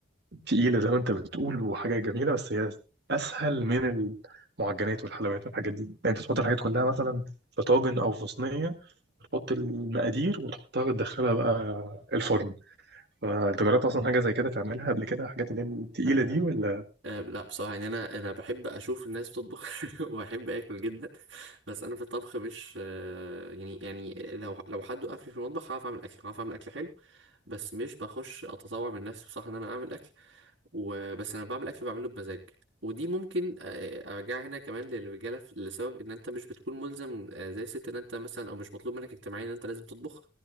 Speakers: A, on the right; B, on the right.
A: تقيلة زي ما أنت بتقول وحاجة جميلة بس هي أسهل من المعجنات والحلويات والحاجات دي يعني أنت تحط الحاجات كلها مثلا في طاجن أو في صينية وتحط المقادير وتحطها وتدخلها بقى الفرن فأنت جربت أصلا حاجة زي كده تعملها قبل كده الحاجات اللي هي التقيلة
B: آه،
A: دي ولا
B: أه لا بصراحة يعني أنا أنا بحب أشوف الناس بتطبخ <laughs> وبحب آكل جدا بس أنا في الطبخ مش أه يعني يعني لو لو حد وقفني في المطبخ هعرف أعمل أكل هعرف أعمل أكل حلو بس مش بخش أتطوع من نفسي بصراحة إن أنا أعمل أكل وبس أنا بعمل أكل بعمله بمزاج ودي ممكن أه، أرجع هنا كمان للرجالة في- لسبب إن أنت مش بتكون ملزم أه، زي الست إن أنت مثلا أو مش مطلوب منك اجتماعيا إن أنت لازم تطبخ